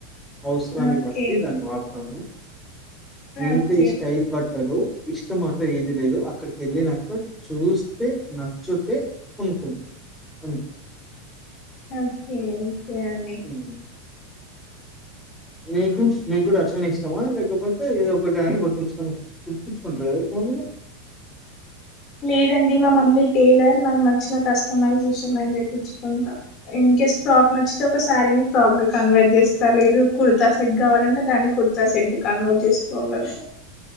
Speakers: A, in the centre; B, on the left.
A: అవసరాన్ని
B: ఓకే
A: బట్టి దాన్ని వాడతాను మీటి
B: ఓకే
A: ఈ స్టైల్ బట్టలు ఇ ఇష్టం అంటే ఏది లేదు అక్కడికి వెళ్ళినాక చూస్తే నచ్చుతే కొనుకుంటాం అంతే
B: ఓకే ఓకే అండి
A: హ్మ్ నీకు నీకు కూడా అట్లనే ఇష్టామా లేకపోతే ఏదో ఒకటి అని కుట్టించుకు కుట్టిచ్చుకుంటారు ఎక్కువ మీరు
B: లేదండి మా మమ్మీ టైలర్ నాకు నచ్చిన కస్టమైజేషన్ అని చేపించుకుంటా ఇన్ కేేస్ ఫ్రాక్ నచ్చితే ఒక శారీని ఫ్రాక్ కన్వర్ట్ చేస్తారు లేదు కుర్తా సెట్ కావాలంటే దాన్ని కుర్తా సెట్ కన్వర్ట్ చేసుకోగల